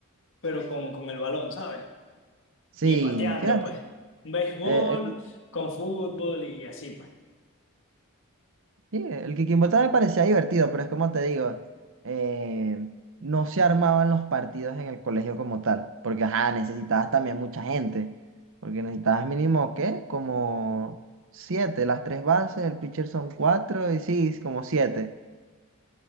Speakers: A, on the left; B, on the right.
A: pero con, con el balón, ¿sabes?
B: Sí,
A: Y pateando,
B: sí, a mí-
A: pues. Un béisbol
B: eh, el,
A: con fútbol y así, pues.
B: sí, el Kikimbo también me parecía divertido, pero es como te digo, eh, no se armaban los partidos en el colegio como tal, porque ajá, necesitabas también mucha gente, porque necesitabas mínimo, ¿qué? Como siete, las tres bases, el pitcher son cuatro y sí, como siete.